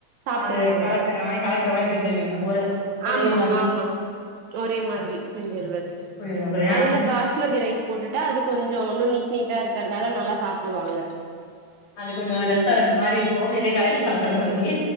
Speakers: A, on the right; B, on the left.
A: சாப்ட்டுறாங்க
B: அது கலக்கற மாரி கலக்கற மாரி செஞ்சிருவீங்க ஒரு ஒரே
A: ஆமா
B: மாரி
A: ஆமா ஒரே மாதிரி செஞ்சிறது
B: புரியுதுங்க தோழி ஏன்னா
A: அதுல பாஸ்மதி
B: அ
A: ரைஸ் போட்டுட்டா அது கொஞ்சோ ஒன்னு நீட் நீட்டா இருக்கறதால நல்லா சா சாப்புடுவாங்க
B: அது கொஞ்சோ
A: விரும்பி
B: ரெஸ்டாரண்ட் மாரி இருக்கு வெளியே கடையில சாப்புறமாரி